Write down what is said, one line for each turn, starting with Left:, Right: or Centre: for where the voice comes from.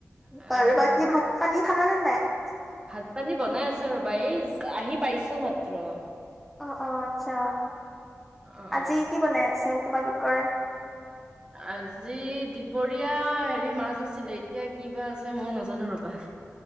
Right: আ-
Centre: বাৰু বাকী ভাত-পানী খাল নে নাই?
Right: ভাত-পানী বনাই আছে ৰ'বা, এই জ আহি পাইছো মাত্ৰ।
Centre: অ', অ' আচ্ছা,
Right: অ',
Centre: আজি কি বনাই আছে তোমালোকৰ?
Right: আজি দিপৰীয়া হেৰি মাছ আছিলে, এতিয়া কি বা আছে, ময়ো নাজানো ৰ'বা।